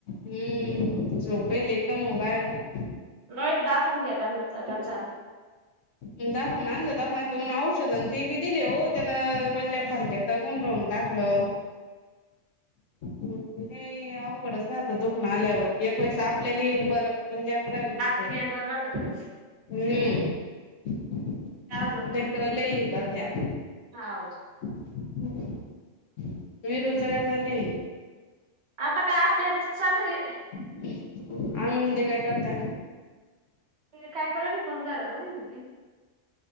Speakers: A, on the left; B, on the right.
A: हम्म झोपेल एकान र <unintelligible>
B: नाही दाखवून घ्या त्यांना त्याला चां
A: ह दाखवून आणलं दाखवून येत औषध आणि ते बी दिले हो त्याला वल्ल्या फडक्याचा गुंडवून टाकलं हे अवघडच ना आता दुखनं आल्यावर एक वेळेस आपल्याला येईल बरं पण <unintelligible> राहील नको
B: आपल्याला बरं राहतं खरंच
A: हम्म
B: <unintelligible>
A: <unintelligible> लय <unintelligible>
B: हा..
A: हम् <inaudible> त्ही रोज काय झाली
B: आता का <unintelligible> चालू हाय
A: <unintelligible> काय करताय?
B: काय <unintelligible> पण घरामध्ये <unintelligible>